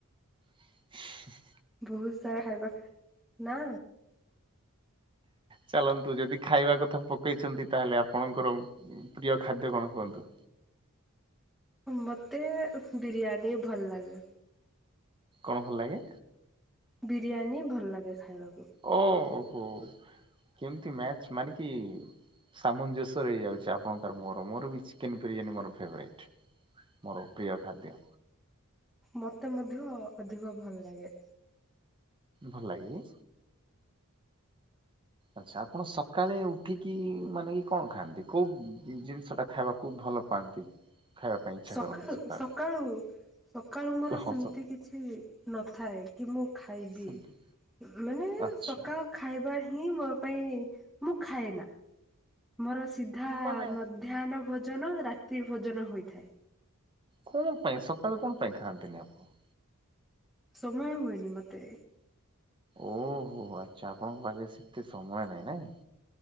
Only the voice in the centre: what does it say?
ବହୁତ ସାରା ଖାଇବା ନା
ମତେ ବିରିୟାନୀ ଭଲ ଲାଗେ।
ବିରିୟାନୀ ଭଲ ଲାଗେ ଖାଇବାକୁ।
ମତେ ମଧ୍ୟ ଅଧିକ ଭଲ ଲାଗେ
ସକାଳୁ
ସକାଳୁ ସକାଳୁ ମୋର
ସେମିତି
କିଛି ନଥାଏ କି ମୁଁ ଖାଇବି
ମାନେ
ସକାଳ ଖାଇବା ହିଁ ମୋ ପାଇଁ ମୁଁ ଖାଏ ନା ମୋର ସିଧା
ମଧ୍ୟାହ୍ନ ଭୋଜନ ରାତ୍ରି ଭୋଜନ ହୋଇଥାଏ।
ସମୟ ହୁଏନି ମତେ।